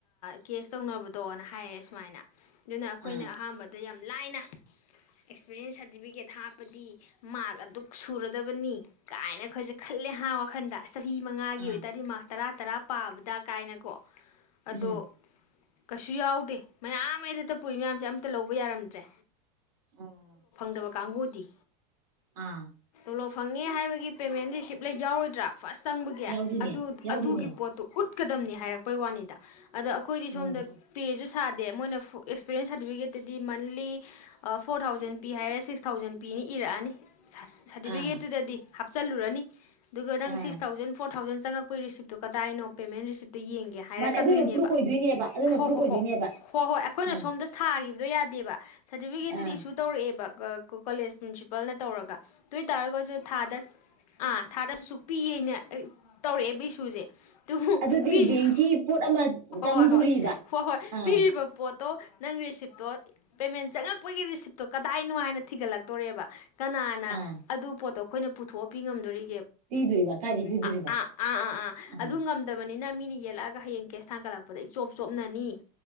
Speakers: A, on the left (about 70°); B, on the right (about 65°).
A: ꯀꯦꯁ ꯇꯧꯅꯕꯗꯣꯅ ꯍꯥꯏꯌꯦꯦ ꯁꯨꯃꯥꯏꯅ ꯑꯗꯨꯅ ꯑꯩꯈꯣꯏꯅ
B: ꯑꯥ
A: ꯑꯍꯥꯟꯕꯗ ꯌꯥꯝ ꯂꯥꯏꯅ ꯑꯦꯛꯁꯄꯤꯔꯤꯌꯦꯟꯁ ꯍꯥꯏ ꯁꯥꯔꯇꯤꯐꯤꯀꯦꯠ ꯍꯥꯞꯄꯗꯤ ꯃꯥꯔꯛ ꯑꯗꯨꯛ ꯁꯨꯔꯗꯕꯅꯤ ꯀꯥꯏꯅ ꯑꯩꯈꯣꯏꯁꯦ ꯈꯜꯂꯦ ꯍꯥꯏ ꯋꯥꯈꯟꯗ ꯆꯍꯤ ꯃꯉꯥꯒꯤ
B: ꯑꯥ
A: ꯑꯣꯏꯇꯥꯔꯗꯤ ꯃꯥꯔꯛ ꯇꯔꯥ ꯇꯔꯥ ꯄꯥꯕꯗ ꯀꯥꯏꯅꯀꯣ ꯑꯗꯣ
B: ꯎꯝ
A: ꯀꯩꯁꯨ ꯌꯥꯎꯗꯦ ꯃꯌꯥꯝ ꯑꯩꯗ ꯇ ꯄꯨꯔꯤ ꯃꯌꯥꯝꯁꯦ ꯑꯝꯇ ꯂꯧꯕ ꯌꯥꯔꯝꯗ꯭ꯔꯦ
B: ꯑꯥ
A: ꯀꯗꯕ ꯀꯥꯡꯪꯒꯣꯗꯤ
B: ꯑꯥ
A: ꯄꯣꯂꯣ ꯐꯪꯉꯦ ꯍꯥꯏꯕꯒꯤ ꯄꯦꯃꯦꯟ ꯔꯤꯁꯤꯞ ꯂꯩ ꯌꯥꯎꯔꯣꯏꯗ꯭ꯔꯥ ꯐꯁ ꯆꯪꯕꯒꯤ
B: ꯌꯥꯎꯗꯣꯏꯅꯦ
A: ꯑꯗꯨ
B: ꯌꯥꯎꯗꯣꯏꯅꯦ
A: ꯑꯗꯨꯒꯤ ꯄꯣꯠꯇꯣ ꯎꯠ ꯆꯠꯀꯗꯝꯅꯤ ꯍꯥꯏꯔꯛꯄꯩ ꯋꯥꯅꯤꯗ ꯑꯗ ꯑꯩꯈꯣꯏꯗꯤ
B: ꯑꯣ
A: ꯁꯣꯝꯗ ꯄꯦꯁꯨ ꯁꯥꯗꯦ ꯗꯦ ꯃꯣꯏꯅ ꯑꯦꯛꯁꯄꯤꯔꯤꯌꯦꯟꯁ ꯁꯥꯔꯇꯤꯐꯤꯀꯦꯠꯇꯗꯤ ꯃꯟꯂꯤ ꯐꯣꯔ ꯊꯥꯎꯖꯟ ꯄꯤ ꯍꯥꯏꯔꯦ ꯁꯤꯛꯁ ꯊꯥꯎꯖꯟ ꯄꯤꯅꯤ ꯏꯔꯛꯑꯅꯤ ꯁꯥꯔꯇꯤꯐꯤꯀꯦꯠꯇꯨꯗꯗꯤ
B: ꯑꯥ
A: ꯍꯥꯞꯆꯤꯜꯂꯨꯔꯅꯤ ꯑꯗꯨꯒ ꯅꯪ
B: ꯑꯥ
A: ꯁꯤꯛꯁ ꯊꯥꯎꯖꯟ ꯐꯣꯔ ꯇ ꯊꯥꯎꯖꯟ ꯆꯪꯛꯄ ꯁꯤꯞꯇꯣ ꯀꯗꯥꯏꯅꯣ ꯄꯦꯃꯦꯟ ꯔꯤꯁꯤꯞ ꯌꯦꯡꯒꯦ ꯍꯥꯏꯔꯛꯀꯗꯣꯏꯅꯦꯕ
B: ꯃꯥꯅꯦ ꯑꯗꯨꯅ ꯄ꯭ꯔꯨꯞ ꯑꯣꯏꯗꯣꯏꯅꯦꯕ ꯑꯗꯨꯅ
A: ꯍꯣ
B: ꯄ꯭ꯔꯨꯞ
A: ꯍꯣꯏ
B: ꯑꯣꯏꯗꯣꯏꯅꯦꯕ
A: ꯍꯣꯏ ꯍꯣꯏ ꯍꯣꯏ ꯑꯩꯈꯣꯏꯅ
B: ꯑꯥ
A: ꯁꯣꯝꯗ ꯁꯥ ꯑꯗꯨꯣ ꯌꯥꯗꯦꯕ ꯁꯔꯇꯐꯤꯀꯦꯠꯇꯨꯗꯤꯁꯨ
B: ꯑꯥ
A: ꯇꯧꯔꯛꯦꯕ ꯀꯣꯂꯦꯖ ꯄ꯭ꯔꯤꯟꯁꯤꯄꯥꯜꯅ ꯇꯧꯔꯒ ꯑꯗꯨ ꯑꯣꯏꯇꯥꯔꯒꯁꯨ ꯊꯥꯗ ꯑꯥ ꯊꯥꯗꯁꯨ ꯑ ꯁꯨꯛꯄꯤꯤꯌꯦꯅ ꯇꯧꯔꯛꯑꯦꯕ ꯁꯨꯖꯦ ꯇ
B: ꯑꯗꯨꯗꯤ
A: ꯄꯤꯔꯤꯕ
B: ꯕꯦꯡꯀꯤ ꯄꯣꯠ ꯑꯃ ꯆꯪꯗꯣꯔꯤꯕ
A: ꯍꯣꯏ ꯍꯣꯏ ꯍꯣꯏ ꯍꯣꯏ
B: ꯑꯥ
A: ꯄꯤꯔꯤꯕ ꯄꯣꯠ ꯣ ꯅꯪ ꯔꯤꯁꯤꯞꯇꯣ ꯄꯦꯃꯦꯟ ꯆꯪꯉꯛꯄꯒꯤ ꯔꯤꯁꯤꯞꯇꯣ ꯗꯥꯏꯅꯣ ꯍꯥꯏꯅ ꯊꯤꯒꯠꯂꯛꯇꯣꯔꯦꯕ ꯀꯅꯥꯅ
B: ꯑꯥ
A: ꯑꯗꯨ ꯄꯣꯠꯇꯣꯛ ꯑꯩꯈꯣꯏꯅ ꯄꯨꯊꯣꯛꯑ ꯄꯄꯤ ꯉꯝꯗꯣꯔꯤ
B: ꯄꯤꯗꯣꯔꯤꯕ ꯀꯥꯏꯗꯩ ꯄꯤꯗꯣꯔꯤꯕ
A: ꯑ ꯑꯥ ꯑ
B: ꯑꯥ
A: ꯉ ꯅꯤꯅ ꯃꯤꯅ ꯌꯦꯜꯂꯛꯑꯒ ꯍꯌꯦꯡ ꯀꯦꯁ ꯊꯥꯡꯒꯠꯂꯛꯄꯗ ꯑꯩ ꯆꯣꯞ ꯆꯣꯞꯅꯅꯤ